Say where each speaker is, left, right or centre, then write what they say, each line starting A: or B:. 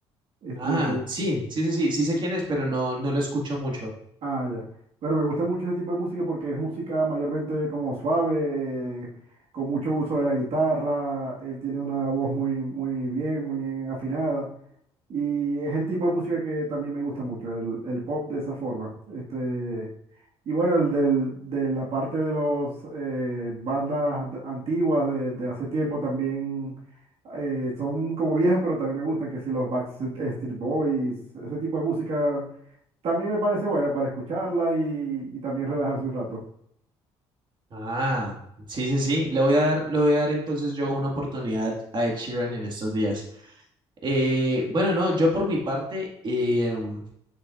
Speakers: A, on the right; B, on the right.
A: Este,
B: Ah, sí, sí, sí, sí, sí sé quién es, pero no, no lo escucho mucho.
A: Ah, ya. Bueno, me gusta mucho ese tipo de música porque es música mayormente como suave, eh, con mucho uso de la guitarra. Él tiene una voz muy, muy bien, muy bien afinada. Y es el tipo de música que también me gusta mucho, el, el pop de esa forma. Este, y bueno, el del, de la parte de las bandas de- antiguas de, de hace tiempo también eh, son como viejas, pero también me gustan, que si los Backstreet Boys, ese tipo de música también me parece buena para escucharla y, y también relajarse un rato.
B: Ah, sí, sí, sí. Le voy a dar, le voy a dar entonces yo una oportunidad a Ed Sheeran en estos días. Eh, bueno, no, yo por mi parte, eh, mm,